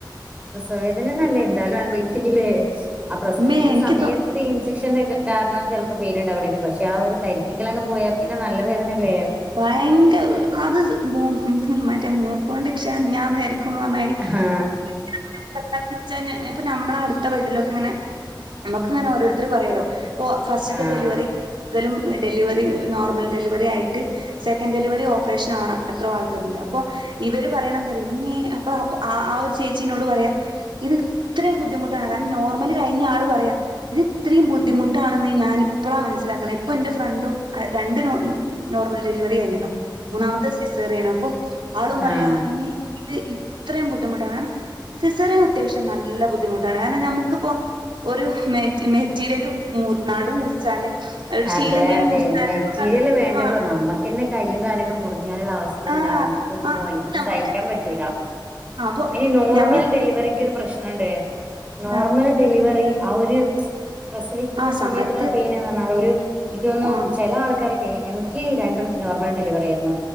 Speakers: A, on the right; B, on the right.
A: പ്രസവ വേ അതിനന്നല്ലേ എന്തായാലും അനുഭവിക്യല്ലേ ആ പ്രസവിക്കുന്ന
B: മ്മേ എനിക്ക്
A: സമയത്ത്
B: തോ
A: ഇഞ്ചക്ഷന്റെക്കെ കാരണം ചെല് പ്പോ പെയ്നിണ്ടാവില്ലിൻക്ക് പക്ഷെ ആ ഒരു തരിപ്പിക്കലങ്ങ് പോയാ പിന്നെ നല്ല വേദനല്ലേ
B: ഭയങ്കര അത് മോ ഉം മറ്റേ മൂക്കോണ്ട് ക്ഷാ ഞാന്ന് വ ക്കും പറഞ്ഞായിരി
A: ആഹ്
B: <unintelligible> ചന്നെ ഇപ്പോ നമ്മളട് ത്ത ബെഡി ലൊക്കെ ങ്ങനെ നമുക്ക് ങ്ങനെ ഓരോര്ത്തര് പറയോലോ ഓ ഫസ്റ്റത്തെ
A: ആഹ്
B: ഡെലിവറി ഇതലും ഡെലിവറി നോർമൽ ഡെലിവറി ആയിട്ട് സെക്കൻഡ് ഡെലിവറി ഓപ്പറേഷൻ ആവണ എത്രോ ആൾക്കാരുണ്ട് അപ്പൊ ഇവര് പറയണത് എന്തറിയോ ഇമ്മേ അപ്പാ അപ്പൊ ആ ഒരു ചേച്ചി എന്നോട് പറയാ ഇത് ഇത്രയും ബുദ്ധിമുട്ട് കാരണം നോർമല് കഴിഞ്ഞ ആൾ പറയാ ഇത് ഇത്രയും ബുദ്ധിമുട്ടാണെന്ന് ഞാന് ഇപ്പഴാ മനസ്സിലാക്കണേ ഇപ്പൊ എന്റെ ഫ്രണ്ടും രണ്ടും നോർമൽ ഡെലിവറി കഴിഞ്ഞതാ മൂന്നാമത്തെ സീസേറിയാണ് അപ്പൊ ആളും പറയാ
A: ആഹ്
B: ഇന്നേ ഇത് ഇത്രയും ബുദ്ധിമുട്ടാണ് കാരണം സിസേറിയൻ അത്യാവശ്യം നല്ല ബുദ്ധിമുട്ടാണ് കാരണം നമ്മുക്കിപ്പോൊ ഒരു മെറ്റീരിയലിപ്പൊ നടു മുറിച്ചാല് ഒരു ശീല
A: അതെ
B: എന്തേലും
A: അതെ
B: മുറിച്ചാല്
A: മെറ്റീരിയൽ
B: നമുക്കത്
A: വേണ്ടല്ലോ
B: ആഹ്
A: നമ്മുക്കെന്നെ കയ്യും കാലൊക്കെ മുറിഞ്ഞാലുള്ള അവസ്ഥ ഇതെന്താ
B: ആഹ്
A: എനി <unintelligible>
B: ആഹ്
A: എനിക്ക്
B: നമുക്ക്
A: സയിക്കാൻ പറ്റൂല
B: അപ്പൊ
A: അയ്ന് നോർമൽ
B: ഞമ്മള്
A: ഡെലിവറിക്ക് ഒരു പ്രശ്നുണ്ട് നോർമൽ
B: ആഹ്
A: ഡെലിവറി ആ ഒരു പ്രസവിക്കുന്ന
B: ആഹ് സമയത്ത്
A: സമയത്തുള്ള പെയിൻ എന്ന് പറഞ്ഞാൽ ഒരു എനിക്ക് തോന്നുന്നു
B: ആഹ്
A: ചില ആൾക്കാ ക്കെ എനിക്ക് രണ്ടും നോർമൽ ഡെലിവറി ആയിരുന്നു